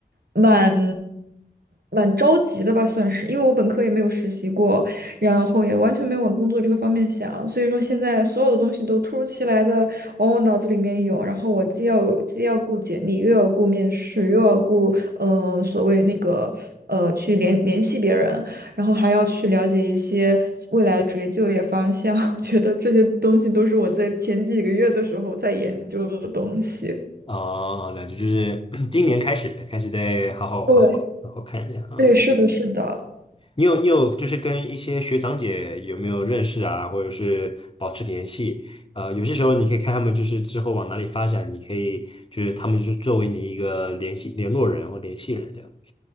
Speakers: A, on the right; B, on the left.
A: 蛮蛮着急的吧，算是。因为我本科也没有实习过，然后也完全没有往工作这个方面想，所以说现在所有的东西都突如其来的往我脑子里面涌，然后我既要既要顾简历，又要顾面试，又要顾。呃所谓那个呃去联联系别人，然后还要去了解一些未来的职业就业方向。<laughs> 我觉得这些东西都是我在前几个月的时候在研究的东西。
B: 哦，哦那就就是 <clears throat> 今年开始开始再好好好好好好看一下啊。
A: 对，对，是的，是的。
B: 你有你有就是跟一些学长姐有没有认识啊，或者是保持联系？呃，有些时候你可以看他们就是之后往哪里发展，你可以就是他们就是作为你一个联系联络人或联系人这样。